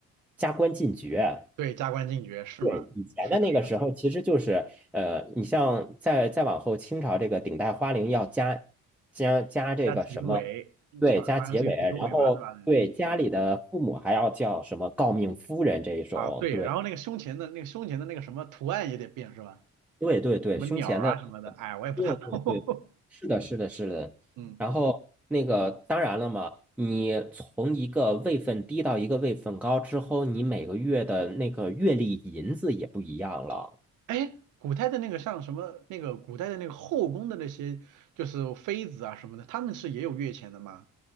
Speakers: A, in the centre; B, on the right (about 85°).
A: 加官进爵。
B: 对，加官进爵是吗？
A: 对，以前的那个时候，
B: 是的，是的，
A: 其实就是呃，你像再再往后，清朝这个顶戴花翎要加加加这个什么，
B: 加几尾，
A: 对，加结尾，
B: 好像是有几个尾巴是吧？
A: 然后对家里的父母还要叫什么诰命夫人这一种，
B: 嗯，对。啊，对，
A: 对。
B: 然后那个胸前的那个胸前的那个什么图案也得变是吧？
A: 对对对，
B: 什么鸟儿啊什么的，
A: 胸前的那个，
B: 哎，我也不大懂。
A: 对对对，是的，是的，是的。
B: <laughs> 嗯，
A: 然后那个，当然了嘛，你从一个位分低到一个位分高之后，你每个月的那个月历银子也不一样了。
B: 哎，古代的那个像什么那个古代的那个后宫的那些就是妃子啊什么的，他们是也有月钱的吗？